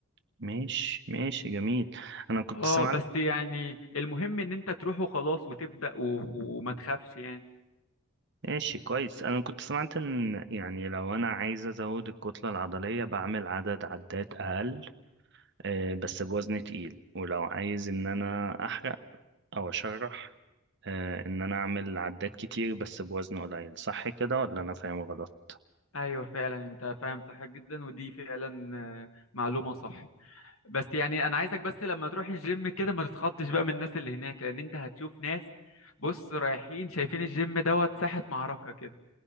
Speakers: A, on the right; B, on the left.
A: ماشي ماشي جميل انا كنت
B: اه
A: سمعت
B: بس يعني المهم ان انت تروح وخلاص وتبدأ و... وما تخافش يعني
A: ماشي كويس انا كنت سمعت ان يعني لو انا عايز ازود الكتله العضليه بعمل عدد عدات اقل آه، بس بوزن تقيل ولو عايز ان انا احرق او اشرح آه، ان انا اعمل عدات كتير بس بوزن قليل صح كده ولا انا فاهم غلط
B: ايوه فعلا انت فاهم صح جدا ودي فعلا آه، معلومة صح بس يعني انا عايزك بس لما تروح الجيم كده ما تتخضش بقى من الناس اللي هناك لان انت هتشوف ناس بص رايحين شايفين الجيم دوت ساحة معركة كده